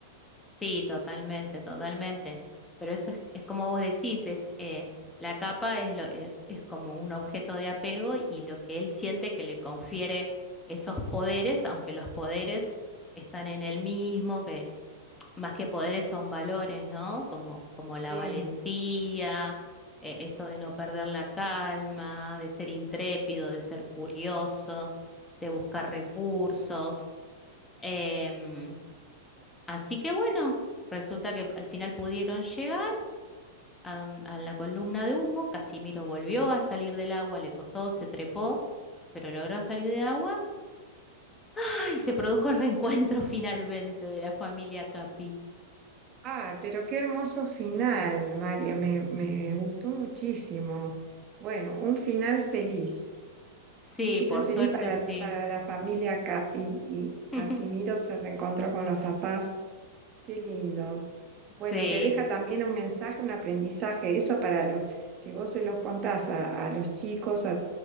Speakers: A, on the left; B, on the right.
A: Sí, totalmente, totalmente. Pero eso es, es como vos decís, es eh, la capa es, lo, es, es como un objeto de apego y lo que él siente que le confiere esos poderes, aunque los poderes están en él mismo, que más que poderes son valores, ¿no? Como, como la
B: Sí.
A: valentía, eh, esto de no perder la calma, de ser intrépido, de ser curioso, de buscar recursos. Em, así que bueno, resulta que al final pudieron llegar a, don- a la columna de humo. Casimiro volvió a salir del agua, le costó, se trepó, pero logró salir de agua. ¡Ay! Se produjo el reencuentro <laughs> finalmente de la familia Capi.
B: Ah, pero qué hermoso final, María, me, me gustó muchísimo. Bueno, un final feliz,
A: Sí,
B: un final
A: por suerte
B: feliz para,
A: sí.
B: para la familia Capi y Casimiro
A: <laughs>
B: se reencontró con los papás. Qué lindo.
A: Sí,
B: Bueno, te deja también un mensaje, un aprendizaje. Eso para los, si vos se los contás a, a los chicos, a,